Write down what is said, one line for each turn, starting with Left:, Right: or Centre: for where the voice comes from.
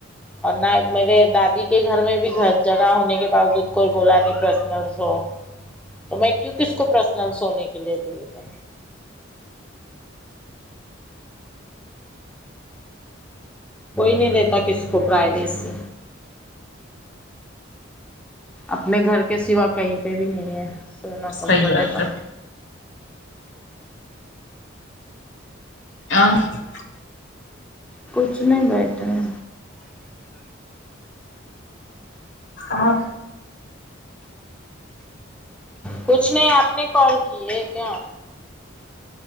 Centre: اور نہ میرے دادی کے گھر میں بھی ہر جگہ میرے باوجود کو بولا پرسنل سو تو میں کیوں کس کو پرسنل سونے کے لیے بولیگا کوئی نہیں دیتا کسی کو پرائیویسی اپنے گھر کے سوا کہیں پہ بھی نہیں ہے سونا کمفرٹیبل
Left: صحیح بات <unintelligible>
Centre: کچھ نہیں بیٹھ رہی
Left: ہاں
Centre: کچھ نہیں آپ نے کال کی ہے کیا